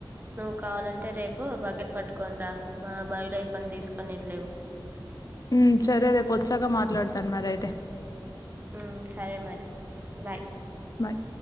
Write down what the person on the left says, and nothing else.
హమ్ సరే రేపు వచ్చాక మాట్లాడతాను మరి అయితే
బాయ్